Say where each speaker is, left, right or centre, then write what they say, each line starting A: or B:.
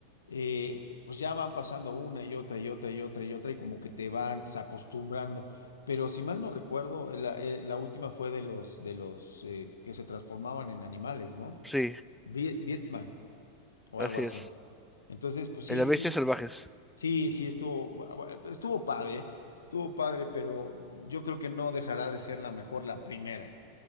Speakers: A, on the left (about 70°); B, in the centre.
A: eh, pues ya van pasando una y otra y otra y otra y otra y como que te vas acostumbrando. Pero si mal no recuerdo, eh, la, eh, la última fue de los de los eh, que se transformaban en animales, ¿no?
B: Sí,
A: Bi- Beastman o
B: así
A: algo así.
B: es.
A: Entonces, pues sí,
B: En las
A: sí.
B: bestias salvajes.
A: Sí, sí, estuvo, bu- bu- eh, estuvo padre, estuvo padre, pero yo creo que no dejará de ser la mejor la primera,